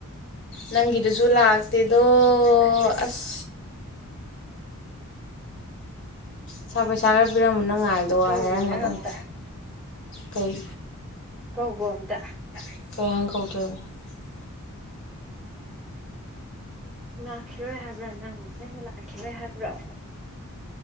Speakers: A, on the left; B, in the centre.
A: ꯅꯪꯒꯤꯗꯨꯁꯨ ꯂꯥꯛꯇꯦꯗꯣ ꯑꯁ ꯁꯔ ꯄꯩꯁꯥ ꯈꯔ ꯄꯤꯔꯝ ꯅꯪ ꯉꯥꯏꯕꯗ ꯋꯥꯔꯦ
B: ꯀꯧꯒꯣ
A: ꯍꯥꯏꯔꯝꯒꯗꯝꯅꯦ
B: ꯅꯪ ꯑꯝꯇ
A: ꯀꯩ
B: ꯀꯧꯒꯣ ꯑꯝꯇ
A: <unintelligible>
B: ꯂꯥꯛꯈꯤꯔꯣꯏ ꯍꯥꯏꯕ꯭ꯔꯥ ꯅꯪ ꯅꯪ ꯂꯥꯛꯈꯤꯔꯣꯏ ꯍꯥꯏꯕ꯭ꯔꯣ